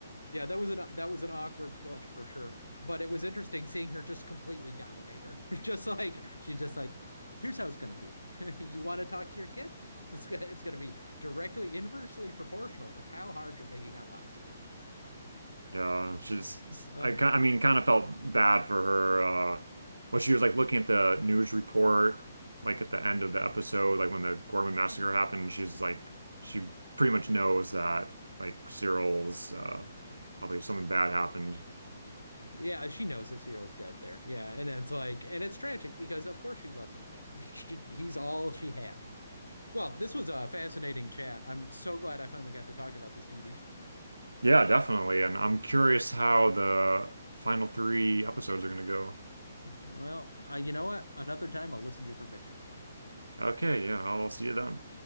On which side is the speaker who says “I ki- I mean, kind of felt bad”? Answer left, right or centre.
Right